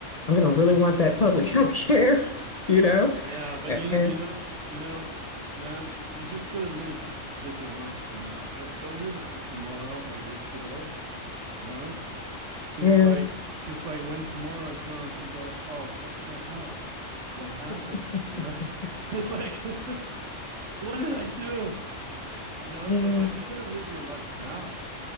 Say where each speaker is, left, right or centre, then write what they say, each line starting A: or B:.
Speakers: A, on the left; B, on the right.
A: I'm gonna really want that public <laughs> health care, <laughs> you know?
B: Yeah, but you know,
A: Eh,
B: you know, you know, ma'am, you just gotta live live your life for now. Don't don't live it for tomorrow or yesterday, you know, because
A: yeah.
B: like because like, when tomorrow comes, you go, "Oh, what the hell? What happened?"
A: <laughs>
B: You know? <laughs> It's like, <laughs> "What did I do?" You know,
A: Yeah.
B: so like you gotta live your life now.